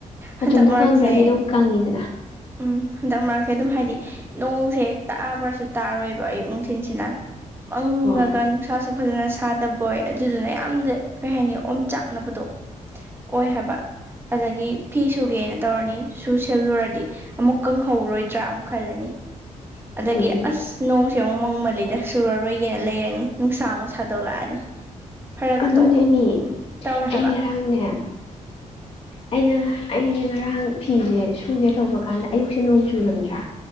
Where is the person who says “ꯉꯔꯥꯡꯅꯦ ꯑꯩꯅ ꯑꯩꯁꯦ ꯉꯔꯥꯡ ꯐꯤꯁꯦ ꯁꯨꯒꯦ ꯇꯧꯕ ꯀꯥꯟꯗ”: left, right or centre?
Left